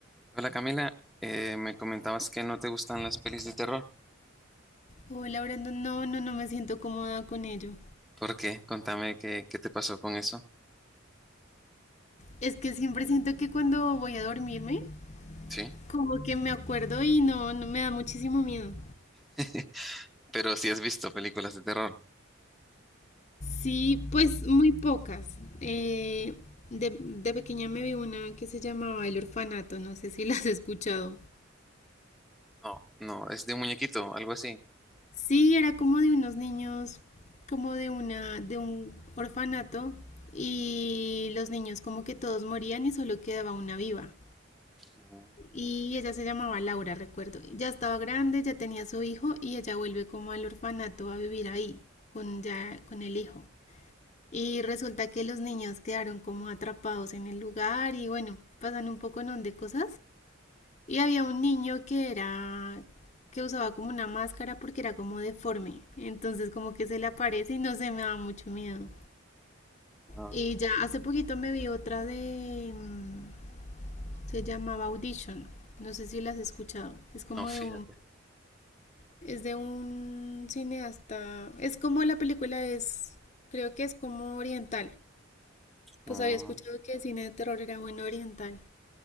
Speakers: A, in the centre; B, on the left.
A: Eh, Hola Camila, Eh, me comentabas que no te gustan las pelis de terror.
B: Hola, Brandon. No, no, no me siento cómoda con ello.
A: ¿Por qué? Contame qué, qué te pasó con eso.
B: Es que siempre siento que cuando voy a dormirme,
A: Sí,
B: como que me acuerdo y no, no me da muchísimo miedo.
A: <laughs> pero si has visto películas de terror.
B: Sí, pues muy pocas. Eh, de, de pequeña me vi una que se llamaba El Orfanato, no sé si la has escuchado.
A: No, no, es de un muñequito, algo así.
B: Sí, era como de unos niños, como de una, de un orfanato y los niños como que todos morían y solo quedaba una viva.
A: Mm,
B: Y ella se llamaba Laura, recuerdo. Ya estaba grande, ya tenía su hijo y ella vuelve como al orfanato a vivir ahí, con, ya, con el hijo. Y resulta que los niños quedaron como atrapados en el lugar y bueno, pasan un poco non de cosas. Y había un niño que era que usaba como una máscara porque era como deforme. Entonces como que se le aparece y no se me da mucho miedo.
A: No,
B: Y ya hace poquito me vi otra de... mm, Se llamaba Audition. No sé si la has escuchado. Es como
A: no, fíjate.
B: de un Es de un cineasta. Es como la película es, creo que es como oriental.
A: Mm,
B: Pues había escuchado que el cine de terror era bueno oriental.